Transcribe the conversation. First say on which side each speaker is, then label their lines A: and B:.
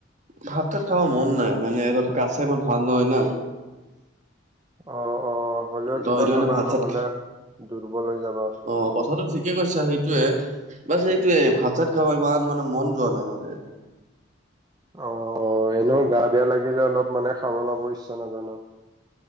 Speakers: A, on the right; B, on the right.
A: ভাত তাত খাব মন নাই মানে অলপ গা চা ইমান ভাল নহয় না।
B: অ অ হ'লেও
A: ত
B: কিবা
A: সেইটো কাৰণে
B: খাবা
A: ভাত
B: নহ'লে
A: চাত
B: দুর্বল হৈ যাবা।
A: অ কথাটো ঠিকে কৈছা সেইটোৱে। বাচ সেইটোয়ে ভাত চাত খাব ইমান মানে মন যোৱা নাই মানে।
B: অ', এনেও গা বেয়া লাগিলে অলপ মানে খাব ল'ব ইচ্ছা নাযায় ন'।